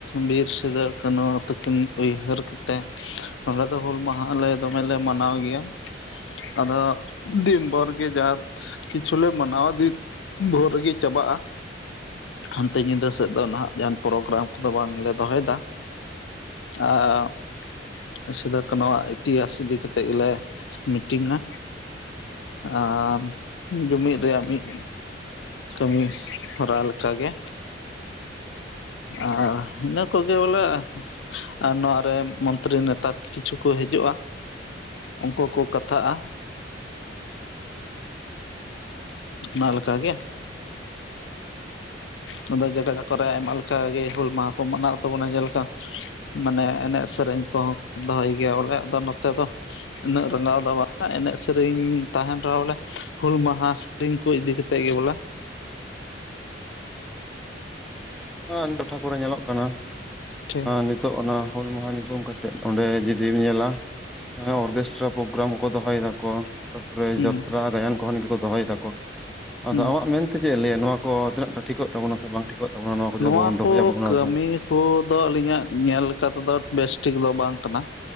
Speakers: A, on the left; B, in the centre.
A: ᱵᱤᱨ ᱥᱤᱫᱟᱹ ᱠᱟᱹᱱᱩ ᱛᱟᱹᱠᱤᱱ, ᱩᱭᱦᱟᱹᱨ ᱠᱟᱛᱮᱜ ᱱᱚᱸᱰᱮ ᱫᱚ ᱦᱩᱞ ᱢᱟᱦᱟ ᱟᱞᱮ, ᱫᱚᱢᱮᱞᱮ ᱢᱟᱱᱟᱣ ᱜᱮᱭᱟ᱾ ᱟᱫᱚ ᱫᱤᱱ ᱵᱷᱳᱚᱨ ᱜᱮ ᱡᱟ ᱠᱤᱪᱷᱩᱞᱮ ᱢᱟᱱᱟᱣ ᱤᱫᱤ, ᱵᱷᱳᱨ ᱨᱮᱜᱮ ᱪᱟᱵᱟᱜᱼᱟ᱾ ᱦᱟᱱᱛᱮ ᱧᱤᱫᱟᱹ ᱥᱮᱫ ᱫᱚ, ᱱᱟᱦᱟᱜ ᱡᱟᱦᱟᱱ ᱯᱨᱳᱜᱨᱟᱢ ᱠᱚᱫᱚ ᱵᱟᱝᱞᱮ ᱫᱚᱦᱚᱭᱫᱟ᱾ ᱟᱸ ᱥᱤᱫᱩ-ᱠᱟᱱᱩ ᱤᱛᱤᱦᱟᱥ ᱤᱫᱤ ᱠᱟᱛᱮᱫ, ᱜᱮᱞᱮ ᱢᱤᱴᱤᱝ ᱱᱟ᱾ ᱟᱢ ᱡᱩᱢᱤᱫ ᱨᱮᱭᱟᱜ, ᱢᱤᱫ ᱠᱟᱹᱢᱤ ᱦᱚᱨᱟ ᱞᱮᱠᱟ ᱞᱮᱠᱟ ᱜᱮ ᱟᱨ ᱤᱱᱟᱹ ᱠᱚᱜᱮ ᱵᱚᱞᱮ ᱟᱨ ᱱᱚᱶᱟ ᱨᱮ ᱢᱚᱱᱛᱨᱤ ᱱᱮᱛᱟ, ᱠᱤᱪᱷᱩ ᱠᱚ ᱦᱤᱡᱩᱜᱼᱟ᱾ ᱩᱱᱠᱩ ᱠᱚ ᱠᱟᱛᱷᱟᱜᱼᱟ᱾ ᱚᱱᱟ ᱞᱮᱠᱟ ᱜᱮ, ᱱᱚᱰᱮ ᱡᱚᱠᱷᱚᱡ ᱠᱚ ᱠᱚᱨᱟᱣᱼᱟ, ᱟᱭᱢᱟ ᱞᱮᱠᱟᱜᱮ ᱦᱩᱞ ᱢᱟᱦᱟ ᱠᱚ ᱢᱟᱱᱟᱣ ᱛᱟᱵᱚᱱᱟ ᱡᱮ ᱞᱮᱠᱟ ᱢᱟᱱᱮ ᱮᱱᱮᱡ ᱥᱮᱨᱮᱧ ᱠᱚᱦᱚ ᱫᱚᱦᱚᱭ ᱜᱮᱭᱟ, ᱵᱚᱞᱮ ᱟᱫᱚ ᱱᱚᱛᱮ ᱫᱚ, ᱩᱱᱟᱹᱜ ᱨᱟᱸᱜᱟᱣ ᱫᱚ, ᱮᱱᱮᱡ ᱥᱮᱨᱮᱧ ᱛᱟᱦᱮᱱ ᱨᱮᱦᱚᱸ ᱵᱚᱞᱮ, ᱦᱩᱞ ᱢᱟᱦᱟ ᱴᱤᱢ ᱠᱚ ᱤᱫᱤ ᱠᱟᱛᱮᱫ ᱜᱮ ᱵᱚᱞᱮ,
B: ᱦᱮ ᱟᱹᱰᱤ ᱴᱚᱴᱷᱟ ᱠᱚᱨᱮ, ᱧᱮᱞᱚᱜ ᱠᱟᱱᱟ,
A: ᱴᱷᱤᱠ
B: ᱱᱤᱛᱚᱜ ᱚᱱᱟ ᱦᱩᱞ ᱢᱟᱦᱟ ᱧᱩᱛᱩᱢ ᱠᱟᱛᱮᱫ, ᱚᱸᱰᱮ ᱡᱩᱫᱤᱢ ᱧᱮᱞᱟ ᱮᱸ ᱚᱨᱜᱮᱥᱴᱨᱟ ᱯᱨᱳᱜᱨᱟᱢ ᱦᱚᱠᱚ, ᱫᱚᱦᱚᱭ ᱫᱟ ᱠᱚ᱾ ᱛᱟᱯᱚᱨᱮ
A: ᱦᱩᱸ
B: ᱡᱟᱛᱨᱟ ᱜᱟᱭᱟᱱ ᱠᱚᱦᱚᱸ, ᱱᱤᱝᱠᱟᱹ ᱠᱚ ᱫᱚᱦᱚᱭ ᱫᱟᱠᱚ, ᱟᱫᱚ
A: ᱦᱩᱸ
B: ᱟᱢᱟᱜ ᱢᱮᱱ ᱛᱮ ᱪᱮᱫ ᱮ ᱞᱮᱹᱭᱟ, ᱱᱚᱶᱟ ᱠᱚ ᱛᱤᱱᱟᱹᱜ ᱴᱟ ᱴᱷᱤᱠᱚᱜ ᱛᱟᱵᱚᱱᱟ, ᱥᱮ ᱵᱟᱝ ᱴᱷᱤᱠᱚᱜ ᱛᱟᱵᱚᱱᱟ᱾ ᱱᱚᱣᱟ ᱠᱚ ᱡᱮ
A: ᱱᱚᱶᱟ
B: ᱟᱵᱚ ᱵᱚᱱ ᱫᱚᱦᱚᱭᱟᱵᱚᱱ
A: ᱠᱚ
B: ᱚᱱᱟ
A: ᱠᱟᱹᱢᱤ
B: ᱥᱟᱶ
A: ᱦᱳ ᱫᱚ ᱟᱹᱞᱤᱧᱟᱜ ᱧᱮᱞ ᱞᱮᱠᱟᱛᱮ ᱫᱚ, ᱵᱮᱥᱴᱷᱤᱠ ᱫᱚ ᱵᱟᱝ ᱠᱟᱱᱟ,